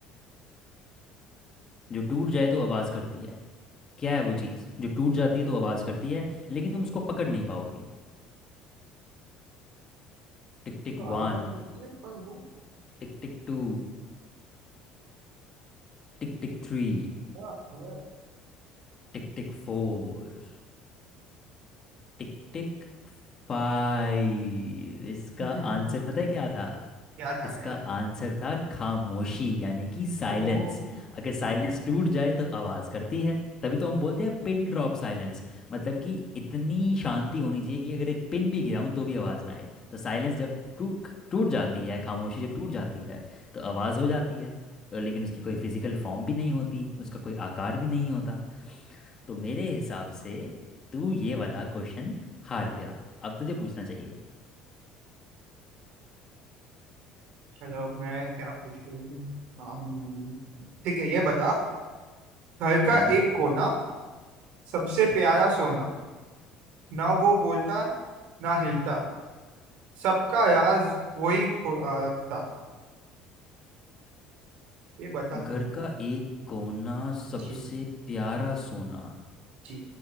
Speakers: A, on the left; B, on the right.
A: जो टूट जाए तो आवाज़ करती है क्या है वो चीज़ जो टूट जाती है तो आवाज़ करती है लेकिन तुम उसको पकड़ नहीं पाओगे Tick tick
B: तो
A: one
B: आवाज होती है पर वो
A: tick tick two tick tick three
B: क्या है
A: tick tick four tick tick five इसका
B: <laughs>
A: आंसर पता है क्या था
B: क्या था
A: इसका
B: क्या था?
A: आंसर था खामोशी यानी कि साइलेंस
B: ओ
A: अगर साइलेंस टूट जाए तो आवाज़ करती है तभी तो हम बोलते हैं पिन ड्रॉप साइलेंस मतलब कि इतनी शांति होनी चाहिए कि अगर एक पिन भी गिराऊं तो भी आवाज़ ना आए तो साइलेंस जब टूट टूट जाती है खामोशी जब टूट जाती है तो आवाज़ हो जाती है तो लेकिन उसकी कोई फिजिकल फॉर्म भी नहीं होती उसका कोई आकार भी नहीं होता तो मेरे हिसाब से तू ये वाला क्वेश्चन हार गया अब तुझे पूछना चाहिए
B: चलो मैं क्या पूछ रही हूँ अम्म, ठीक है ये बता घर
A: हम्म।
B: का एक कोना सबसे प्यारा सोना ना वो बोलता ना हिलता सबका राज वही खो- आ, रखता ये बता
A: घर का एक कोना सबसे
B: जी
A: प्यारा सोना
B: जी